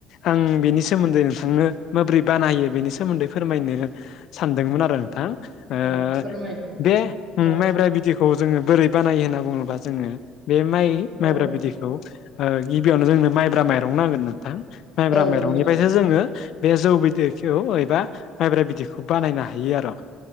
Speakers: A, on the left (about 45°); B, on the right (about 40°).
A: आं बेनि सोमोन्दै नोंथांनो माबोरै बानायो बेनि सोमोन्दै फोरमायनो सानदोंमोन आरो नोंथां ओ
B: औ फोरमायदो नोंथां
A: बे
B: औ
A: माइब्रा बिदै खौ जोङो बोरै बानायो होनना बुङोब्ला जोङो बे माइ-माइब्रा
B: औ
A: बिदैखौ खौ ओ गिबियावनो जोंनो माइब्रा माइरं नांगोन नोंथां, माइब्रा
B: औ
A: माइरंनिफ्रायसो
B: नोंथां
A: जोङो बे जौ बिदैखौ एबा माइब्रा बिदैखौ बानायनो हायो आरो।